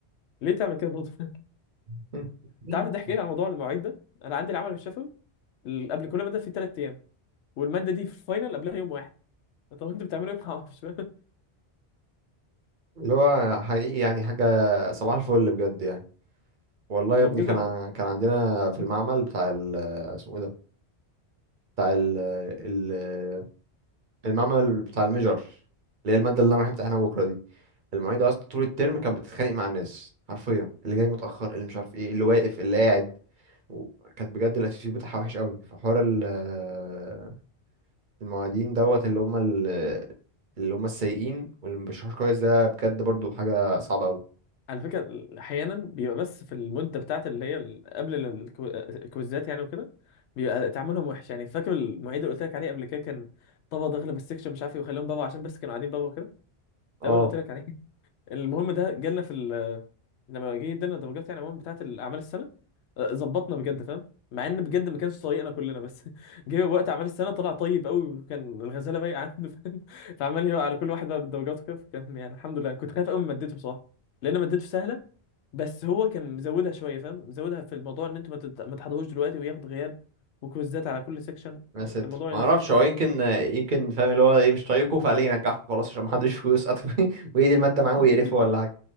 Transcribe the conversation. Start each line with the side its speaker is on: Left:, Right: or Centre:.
Left: ليه تعمل كده برضه <laughs>
Right: <laughs>
Left: انت عارف الضحك ايه على موضوع المواعيد ده انا عندي العمل الشفوي ال- قبل كل ماده في ثلاث ايام والماده دي في الفاينل قبلها يوم واحد طب انتوا بتعملوا ايه <laughs> ما اعرفش
Right: اللي هو حقيقي يعني حاجه صباح الفل بجد يعني والله يا
Left: انا
Right: ابني
Left: بجد
Right: كان ع- كان عندنا في المعمل بتاع ال آه، اسمه ايه ده بتاع ال آه، ال آه، المعمل بتاع الميجر اللي هي المادة اللي انا رايح امتحنها بكرة دي المعيدة اصلا طول الترم كانت بتتخانق مع الناس حرفيا اللي جاي متأخر اللي مش عارف ايه اللي واقف اللي قاعد و- كانت بجد الاتيتيود بتاعها وحش قوي فحوار ال آه، المعيدين دوت اللي هم ال- اللي هم السيئين واللي ما بيشرحوش كويس ده بجد برضو حاجة صعبة قوي
Left: على فكرة أحيانا بيبقى بس في المدة بتاعت اللي هي ال- قبل ال- الكو- الكويزات يعني وكده بيبقى تعاملهم وحش يعني فاكر المعيد اللي قلت لك عليه قبل كده كان طبعا داخل بالسكشن مش عارف ايه وخليهم بابا عشان بس كانوا قاعدين بابا كده
Right: اه
Left: تمام قلت لك عليه <laughs> المهم ده جالنا في لما جه ادالنا درجات يعني عموما بتاعت الاعمال السنه آه، ظبطنا بجد فاهم مع ان بجد ما كانش طايقنا كلنا بس <laughs> جه وقت اعمال السنه طلع طيب قوي وكان الغزاله بايقه عنده فاهم <laughs> فعمال يقع على كل واحد بقى بالدرجات وكده فكان يعني الحمد لله كنت خايف قوي من مادته بصراحه لان مادته سهله بس هو كان مزودها شويه فاهم مزودها في الموضوع ان انتوا ما تت- ما تحضروش دلوقتي وياخد غياب وكويزات على كل سيكشن
Right: ما ستر
Left: كان موضوع
Right: ما
Left: ينفع
Right: اعرفش هو يمكن يمكن فاهم اللي هو ايه مش طايقه فقال لي ينجحه خلاص عشان ما حدش فلوس <laughs> قطمي ويدي الماده
Left: <laughs>
Right: معاه ويقرفه ولا حاجه